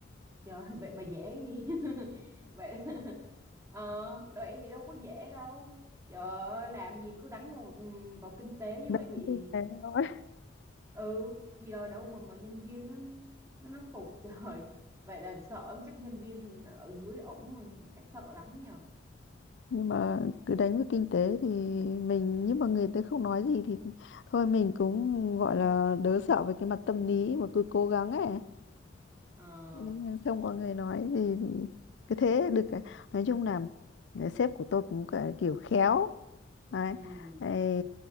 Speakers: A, on the right; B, on the left.
A: Trời <laughs> vậy mà dễ cái gì <laughs> vậy là- ờ vậy thì đâu có dễ đâu trời ơi, làm gì cứ đánh vào ừm, vào kinh tế như
B: đấy
A: vậy thì
B: như thế thôi
A: ừ thì rồi đâu mà mà nhân viên nó nó nó phục <laughs> trời vậy là sợ ông chắc nhân viên ở dưới ổng mà chắc sợ lắm nhờ
B: nhưng mà cứ đánh vào kinh tế thì mình nhưng mà người ta không nói gì thì thôi mình cũng gọi là đỡ sợ về cái mặt tâm lý mà cứ cố gắng ấy
A: ờ
B: nên không có người nói gì thì cứ thế được cả. nói chung là ờ, sếp của tôi cũng cả- kiểu khéo đấy
A: ừ
B: Ấy,